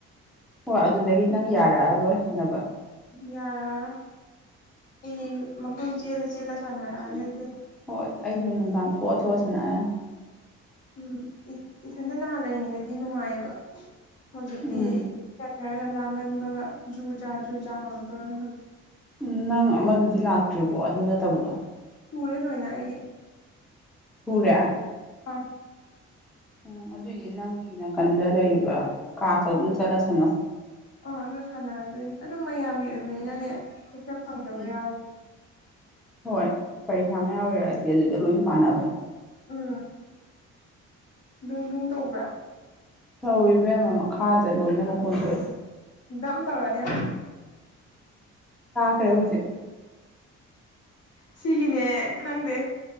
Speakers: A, in the centre; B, on the left (about 55°).
A: ꯍꯣꯏ ꯑꯗꯨꯗꯒꯤ ꯅꯪ ꯌꯥꯔꯛꯑꯔꯣꯏ ꯁꯅꯕ
B: ꯌꯥꯔꯔ ꯑꯩ ꯃꯈꯜ ꯆꯦꯜꯂ ꯆꯦꯜꯂ ꯁꯥꯟꯅꯔꯛꯑꯅꯤ
A: ꯎꯝ
B: ꯑꯗꯨꯗꯩꯗꯤ
A: ꯍꯣꯏ ꯑꯩꯁꯨ ꯅꯨꯡꯗꯥꯡ ꯊꯣꯛꯑꯊꯑꯁꯤꯅꯅꯤ
B: ꯎꯝ ꯏꯊꯟꯇ ꯅꯍꯥꯟ ꯂꯩꯔꯤꯉꯩꯗꯗꯤ ꯅꯨꯡꯉꯥꯏꯌꯦꯕ ꯍꯧꯖꯤꯛꯇꯤ
A: ꯎꯝ
B: ꯍꯥꯏꯔꯒ ꯂꯥꯡꯒꯟꯕꯒ ꯖꯨ ꯖꯥ ꯖꯨ ꯖꯥ ꯍꯧꯔꯛꯇꯣꯏꯔꯅꯤ ꯍꯛ
A: ꯎ ꯅꯪ ꯑꯃꯗꯨꯗꯤ ꯂꯥꯛꯇ꯭ꯔꯤꯕꯣ ꯑꯗꯨ ꯅꯠꯇꯕꯗꯣ
B: ꯇꯨꯔꯦ ꯂꯣꯏꯅ ꯑꯩꯒꯤ
A: ꯁꯨꯔꯦ
B: ꯑ
A: ꯎ ꯑꯗꯨꯏꯗꯤ ꯅꯪꯒꯤ ꯅꯥꯀꯟꯗ ꯂꯩꯕ ꯀꯥ ꯆꯧꯅ ꯆꯠꯂꯁꯅꯨ
B: ꯑꯥ ꯑꯗꯨ ꯁꯥꯟꯅꯔꯗꯣꯏꯅꯦ ꯑꯗꯨ ꯃꯌꯥꯝꯒꯤ ꯑꯣꯏꯕꯅꯤꯅꯅꯦ ꯍꯦꯛꯇ ꯐꯪꯗꯕ
A: ꯎꯝ
B: ꯌꯥꯎꯋꯤ
A: ꯍꯣꯏ ꯄꯔꯤꯈꯥ ꯃꯌꯥꯝ ꯑꯣꯏꯔꯛꯑꯗꯤ ꯑꯗꯨꯗ ꯂꯣꯏ ꯄꯥꯟꯅꯕꯅꯦ
B: ꯎꯝ ꯅꯨꯡ ꯅꯨꯡ ꯇꯧꯕ꯭ꯔꯥ
A: ꯇꯧꯕ ꯑꯃ ꯃꯈꯥꯗ ꯂꯣꯏꯅ ꯃꯈꯣꯟ ꯊꯣꯛꯏ
B: ꯗꯝ ꯇꯧꯔꯅꯤ
A: ꯀꯖꯤꯦ
B: ꯁꯤꯒꯤꯅꯦ ꯈꯪꯗꯦ